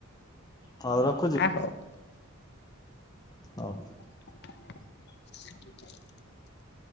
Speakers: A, on the left; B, on the left.
A: ହଉ ରକ୍।
B: ଆ ହଉ।
A: ହଉ।
B: <inaudible>